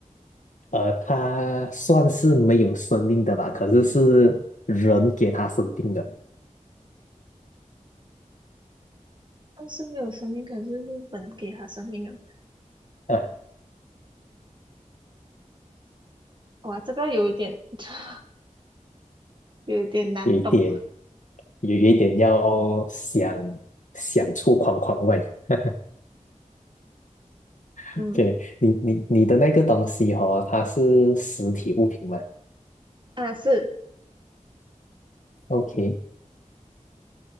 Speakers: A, on the left (about 65°); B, on the right (about 35°).
A: 呃，它算是没有生命的吧，可是是人给它生命的，
B: 但是没有生命，可是日本给它生命了。
A: 呃，
B: 哇，这个有一点，<laughs> 有一点难懂。
A: 有一点，有一点要想想出框框外。<laughs>
B: 嗯，
A: OK，你你你的那个东西哦，它是实体物品吗
B: 啊，是，
A: ？OK，